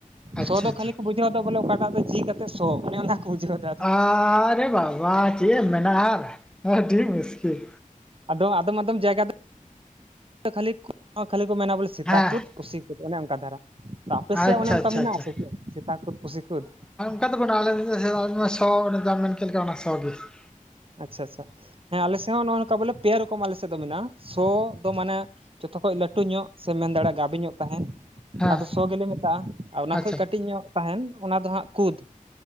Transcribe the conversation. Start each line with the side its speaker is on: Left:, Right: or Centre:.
Centre: ᱟᱪᱪᱷᱟ
Right: ᱥᱚ ᱫᱚ
Centre: ᱟᱪᱪᱷᱟ
Right: ᱠᱷᱟᱹᱞᱤ ᱠᱚ ᱵᱩᱡᱽ <unintelligible> ᱫᱚ ᱵᱚᱞᱮ ᱚᱠᱟᱴᱟᱜ ᱫᱚ ᱡᱤ ᱠᱟ ᱠᱟᱛᱮ ᱥᱚ ᱚᱱᱮ ᱚᱱᱟᱠᱚ ᱵᱩᱡᱟᱹ
Centre: ᱟᱨᱮ ᱵᱟᱵᱟ ᱪᱮᱫ ᱮᱢ ᱢᱮᱱᱟᱜᱼᱟ ᱟᱨ ᱟᱹᱰᱤ ᱢᱩᱥᱠᱤᱞ
Right: ᱟᱫᱚ ᱟᱫᱚᱢ- ᱟᱫᱚᱢ ᱡᱟᱭᱜᱟ ᱠᱷᱟᱹᱞᱤ ᱠᱷᱟᱹᱞᱤ ᱠᱚ ᱢᱮᱱᱟ ᱵᱚᱞᱮ ᱥᱮᱛᱟ
Centre: ᱦᱮᱸ
Right: ᱠᱩᱫ ᱯᱩᱥᱤ ᱠᱩᱫ ᱚᱱᱮ ᱚᱱᱠᱟ ᱫᱷᱟᱨᱟ ᱟᱯᱮ
Centre: ᱟᱪᱪᱷᱟ
Right: ᱥᱮᱫ ᱚᱱᱮ ᱚᱱᱠᱟ
Centre: ᱟᱪᱪᱷᱟ
Right: ᱢᱮᱱᱟᱜᱼ
Centre: ᱟᱪᱪᱷᱟ
Right: ᱟ ᱥᱮ ᱪᱮᱫ ᱥᱮᱛᱟ ᱠᱩᱫ ᱯᱩᱥᱤ ᱠᱩᱫ
Centre: ᱚᱠᱟ ᱫᱚᱵᱚᱱ ᱟᱞᱮ ᱥᱚ ᱡᱟᱢᱤᱱ ᱪᱮᱫ ᱞᱮᱠᱟ ᱚᱱᱟ ᱥᱚ ᱜᱮ <unintelligible>
Right: ᱟᱪᱪᱷᱟ ᱟᱪᱪᱷᱟ ᱦᱮᱸ ᱟᱞᱮ ᱥᱮᱫ ᱦᱚᱸ ᱱᱚᱜᱼᱚ ᱱᱚᱝᱠᱟ ᱵᱚᱞᱮ ᱯᱮ ᱨᱚᱠᱚᱢ ᱟᱞᱮ ᱥᱮᱫ ᱫᱚ ᱢᱮᱱᱟᱜᱼᱟ ᱥᱚ ᱫᱚ ᱢᱟᱱᱮ ᱡᱚᱛᱚ ᱠᱷᱚᱡ ᱞᱟᱹᱴᱩ ᱧᱚᱜ ᱥᱮ ᱢᱮᱱ ᱫᱟᱲᱮᱭᱟᱜᱼᱟ ᱜᱟᱹᱵᱮ ᱧᱚᱜ ᱛᱟᱦᱮᱸᱱ
Centre: ᱦᱮᱸ
Right: ᱚᱱᱟ ᱫᱚ ᱥᱚ ᱜᱮᱞᱮ ᱢᱮᱛᱟᱜᱼᱟ ᱟᱨ ᱚᱱᱟ
Centre: ᱟᱪᱪᱷᱟ
Right: ᱠᱷᱚᱡ ᱠᱟᱹᱴᱤᱡ ᱧᱚᱜ ᱛᱟᱦᱮᱱ ᱚᱱᱟ ᱫᱚ ᱦᱟᱸᱜ ᱠᱩᱫᱽ